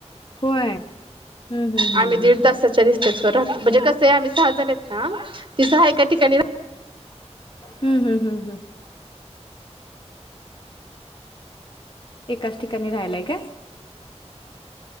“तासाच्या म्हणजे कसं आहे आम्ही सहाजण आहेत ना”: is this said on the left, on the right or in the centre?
Right